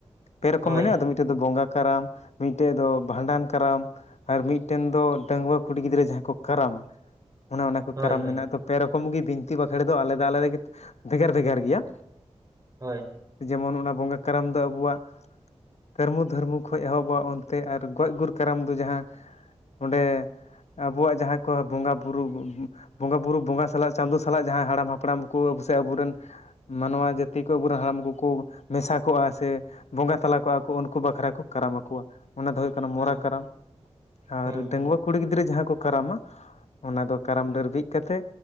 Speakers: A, on the left; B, on the right.
A: ᱯᱮ ᱨᱚᱠᱚᱢ
B: ᱦᱳᱭ
A: ᱢᱮᱱᱟᱜ ᱟᱛᱚ, ᱢᱤᱫᱴᱮᱡ ᱫᱚ ᱵᱚᱸᱜᱟ ᱠᱟᱨᱟᱢ ᱢᱤᱫᱴᱮᱡ ᱫᱚ ᱵᱷᱟᱸᱰᱟᱱ ᱠᱟᱨᱟᱢ ᱟᱨ ᱢᱤᱫᱴᱮᱱ ᱫᱚ ᱰᱟᱹᱟᱹᱜᱣᱟᱹ ᱠᱩᱲᱤ ᱜᱤᱫᱽᱨᱟᱹ ᱡᱟᱦᱟᱸ ᱠᱚ ᱠᱟᱨᱟᱢᱟ᱾ ᱚᱱᱮ ᱚᱱᱟ ᱠᱚ
B: ᱦᱳᱭ
A: ᱠᱟᱨᱟᱢ
B: ᱦᱳᱭ
A: ᱢᱮᱱᱟᱜᱼᱟ ᱛᱚ ᱯᱮ ᱨᱚᱠᱚᱢ ᱜᱮ ᱵᱤᱱᱛᱤ ᱵᱟᱠᱷᱲ ᱫᱚ ᱟᱞᱮ ᱫᱚ ᱟᱞᱮ ᱫᱚ ᱵᱷᱮᱜᱟᱨ ᱵᱷᱮᱜᱟᱨ ᱜᱮᱭᱟ᱾
B: ᱦᱳᱭ᱾
A: ᱡᱮᱢᱚᱱ ᱚᱱᱟ ᱵᱚᱸᱜᱟ ᱠᱟᱨᱟᱢ ᱫᱚ ᱟᱵᱚᱣᱟᱜ ᱠᱟᱹᱨᱢᱩ ᱫᱷᱟᱹᱨᱢᱩ ᱠᱷᱚᱱ ᱮᱦᱚᱵᱼᱟ, ᱚᱱᱛᱮ ᱟᱨ ᱜᱚᱡ ᱜᱩᱨ ᱠᱟᱨᱟᱢ ᱫᱚ ᱡᱟᱦᱟᱸ ᱚᱸᱰᱮ ᱟᱵᱚᱣᱟᱜ ᱡᱟᱦᱟᱸ ᱠᱚᱣᱟᱜ ᱵᱚᱸᱜᱟ ᱵᱩᱨᱩ ᱵᱚᱸᱜᱟ ᱵᱩᱨᱩ ᱵᱚᱸᱜᱟ ᱥᱟᱞᱟᱜ ᱪᱟᱸᱫᱚ ᱥᱟᱞᱟᱜ ᱡᱟᱦᱟᱸ ᱦᱟᱲᱟᱢ ᱦᱟᱯᱲᱟᱢ ᱠᱚ ᱥᱮ ᱟᱵᱩᱨᱮᱱ ᱢᱟᱱᱣᱟ ᱡᱟᱹᱛᱤ ᱠᱚ ᱟᱵᱚᱨᱮᱱ ᱦᱟᱲᱟᱢ ᱠᱚᱠᱚ ᱢᱮᱥᱟ ᱠᱚᱜᱼᱟ, ᱥᱮ ᱵᱚᱸᱜᱟ ᱛᱟᱞᱟ ᱠᱚᱜᱼᱟ ᱠᱚ ᱩᱱᱠᱩ ᱵᱟᱠᱷᱨᱟ ᱠᱚ ᱠᱟᱨᱟᱢ ᱟᱠᱚᱣᱟ᱾ ᱚᱱᱟ ᱫᱚ ᱦᱩᱭᱩᱜ ᱠᱟᱱᱟ ᱢᱚᱨᱟ
B: ᱦᱮᱸ
A: ᱠᱟᱨᱟᱢ, ᱟᱨ
B: ᱦᱮᱸ
A: ᱰᱟᱺᱝᱜᱩᱣᱟᱹ
B: ᱦᱮᱸ
A: ᱠᱩᱲᱤ ᱜᱤᱫᱽᱨᱟᱹ ᱡᱟᱦᱟᱸ ᱠᱚ ᱠᱟᱨᱟᱢᱟ, ᱚᱱᱟ ᱫᱚ ᱠᱟᱨᱟᱢ ᱰᱟᱹᱨ ᱵᱤᱫ ᱠᱟᱛᱮ,